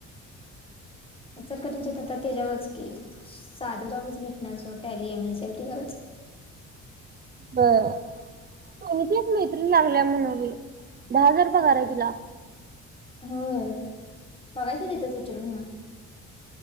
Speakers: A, on the left; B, on the right.
A: इचलकरंजीत त्याच्यावरच कि साधूजवच भेटणार Tally M S C I T वरच
B: बर सोनीची एक मैत्रीण लागल्या म्हणबाई दहा हजार पगार आहे तिला
A: होय बघायचं तिथंच विचारून